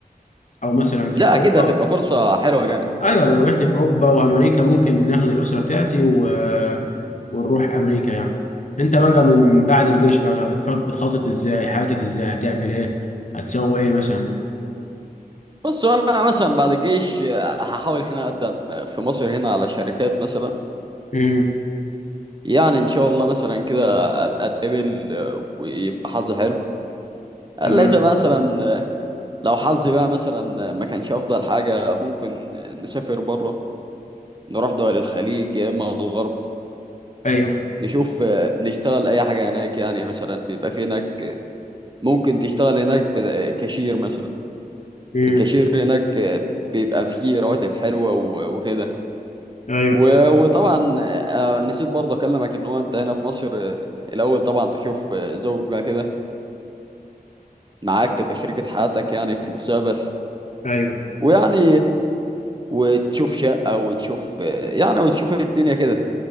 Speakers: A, on the left; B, on the right.
A: او مثلا في
B: لا
A: اوروبا
B: أكيد هتبقى فرصة حلوة جامد
A: ايوه لو جات لي في اوروبا وامريكا ممكن ناخد الاسره بتاعتي و... ونروح امريكا يعني انت بقى من بعد الجيش بقى بتفكر بتخطط ازاي حياتك ازاي هتعمل ايه هتسوي ايه مثلا
B: بص أنا مثلا بعد الجيش هحاول هنا أقدم في مصر هنا على شركات مثلا
A: امم
B: يعني ان شاء الله مثلا كده ابقى اتقبل آه، ويبقى حظي حلو الا
A: تمام
B: اذا بقى مثلا آه، لو حظي بقى مثلا آه، ما كانش افضل حاجه ممكن آه، نسافر بره نروح دول الخليج يا اما الغرب
A: ايوه
B: نشوف آه، نشتغل اي حاجه هناك يعني مثلا بيبقى في هناك ممكن تشتغل هناك ب- آه، كاشير مثلا
A: امم
B: الكاشير هناك آه، بيبقى فيه رواتب حلوه و- وكده
A: ايوه
B: و- وطبعا آه، آه، نسيت برضه اكلمك ان هو انت هنا في مصر آه، الاول طبعا تشوف آه، زوجة كده معاك تبقى شريكة حياتك يعني في المستقبل
A: ايوه
B: ويعني وتشوف شقة وتشوف يعني وتشوف الدنيا كده